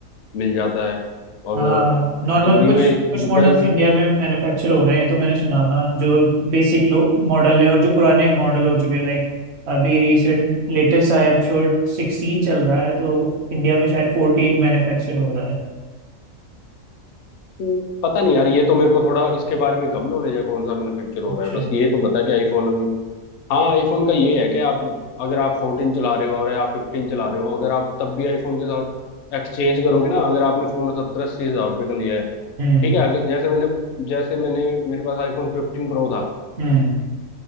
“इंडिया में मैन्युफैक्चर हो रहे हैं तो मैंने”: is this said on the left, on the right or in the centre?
Right